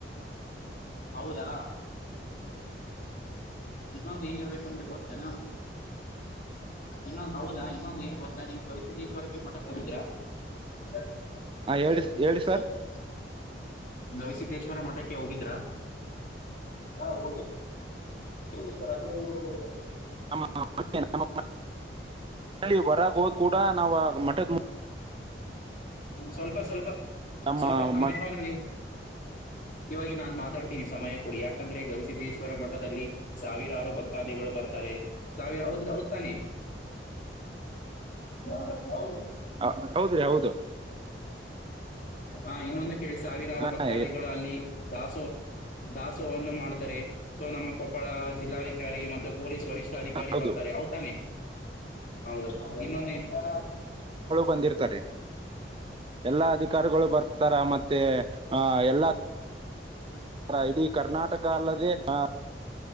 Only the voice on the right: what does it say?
ಹೇಳಿ ಹೇಳಿ ಸರ್
ನಮ್ಮ ನಮ್ಮ ಬಗ್ಗೆ ಹೊರಗೆ ಹೋದ್ ಕೂಡ ನಾ ಮಠ ಮುಂದ
ನಮ್ಮ
ಮಠ
<inaudible>
<inaudible>
ಹ ಹೌದ್ರೀ ಹೌದು.
ಹಾ
ಎ-
ಹೌದು
ಬಂದಿರ್ ತ್ತಾರೆ ಎಲ್ಲಾ ಅಧಿಕಾರ್ ಗಳು ಬರ್ ತಾರಾ ಮತ್ತೆ. ಆ ಎಲ್ಲ ಅ ಇಡೀ ಕರ್ನಾಟಕ ಅಲ್ಲದೆ ಅ.